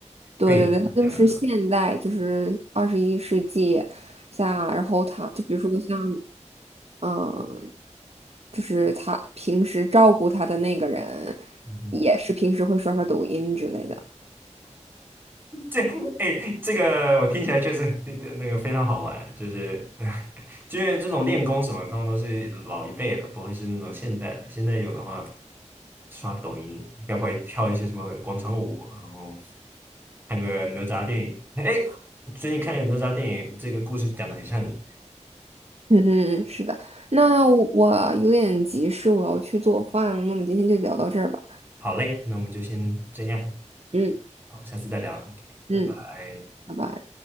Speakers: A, on the right; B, on the right.
A: 对对对，
B: 背景之下啊，
A: 它就是现代，就是二十一世纪下，然后它就比如说像，嗯、就是他平时照顾他的那个人，
B: 嗯哼
A: 也是平时会刷刷抖音之类的。
B: 这哎，这个我听起来确实那个那个非常好玩，就是 <laughs> 就是这种练功什么，他们都是老一辈的，不会是那种现代的。现在有的话，刷抖音，该不会跳一些什么广场舞，然后看个哪吒电影？哎，我最近看了个哪吒电影，这个故事讲的很像你。
A: 嗯，嗯，是的。那我我有点急事，我要去做饭了。那我们今天就聊到这儿吧。
B: 好嘞，那我们就先这样。
A: 嗯
B: 好，下次再聊，OK，拜拜。
A: 嗯，拜拜。